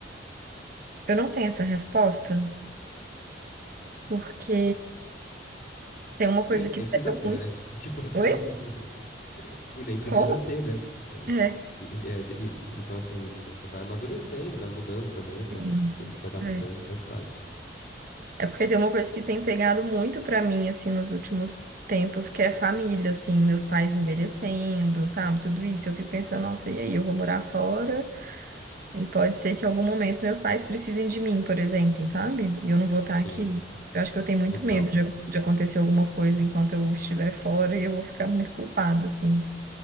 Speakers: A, on the right; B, on the left.
A: Eu não tenho essa resposta, porque tem uma coisa
B: E nem
A: que
B: nem
A: pega
B: precisa ter,
A: muito.
B: né? <laughs> Tipo assim,
A: Oi?
B: <laughs> e nem precisa
A: Como?
B: ter, né? Né?
A: É,
B: E- e- é, cê- e- então, assim, você vai amadurecendo, vai mudando também, se,
A: sim.
B: a- se adaptando,
A: É.
B: faz parte.
A: É porque tem uma coisa que tem pegado muito pra mim, assim, nos últimos tempos, que é família, assim, meus pais envelhecendo, sabe, tudo isso. Eu fico pensando, nossa, e aí, eu vou morar fora? E pode ser que em algum momento meus pais precisem de mim, por exemplo, sabe? E eu não vou estar
B: Sim,
A: aqui. Eu acho que eu tenho muito
B: total.
A: medo de, de acontecer alguma coisa enquanto eu estiver fora e eu vou ficar muito culpada, assim,